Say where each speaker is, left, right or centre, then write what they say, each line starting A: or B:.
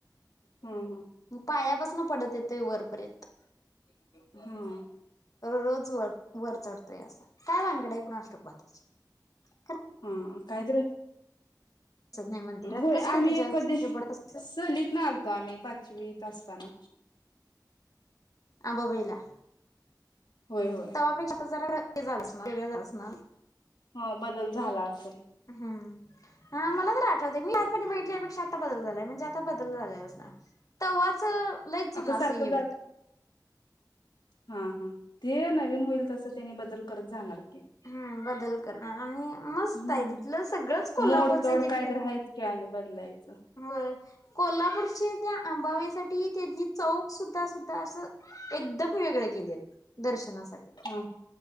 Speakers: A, on the left; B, on the left.
A: हा हा
B: पायापासून पूर्ण पडत येतय वरपर्यंत
A: हं.
B: रोज वर वर चढतोय असा काय भानगडं हाय कुणास ठाऊक बा. <inaudible>
A: हं. कायतरी
B: दिसत नाही मंदिर आणि
A: होय
B: कसं काय
A: आम्ही
B: तिच्या
A: कधी
B: हे पडत अस
A: सहलीतनं आलतो आम्ही पा -- चवीत असताना
B: आंबाबाईला.
A: होय होय
B: तवापेक्ष आता जरा वेगळ झाल वेगळं झालं असनारं.
A: ह बदल झाला असेल
B: हम् हा मला तर आठवतयं होत मी लहानपणी बगितल्यापेक्षा आता बदल झालाय. म्हणजे आता बदल झाले असणार तवाच लईचं
A: आता
B: जुनं
A: सारखं
B: असं हे हुतं.
A: जात हा हा ते नवीन होईल तस त्यांनी बदल करत जाणार. की
B: हम्म बदल करणार आणि मस्त
A: हम्म
B: आहे तिथलं सगळंच कोल्हापूरचं
A: मोडतोड
B: आहे तिरी
A: काय
B: कि
A: तर आहेच की आणि बदलायचं
B: वय कोल्हापूरच्या त्या आंबाबाईसाठी त्यांनि चौक सुद्धा सुद्धा असं एक <unintelligible> वेगळे केलेत दर्शनास.
A: हा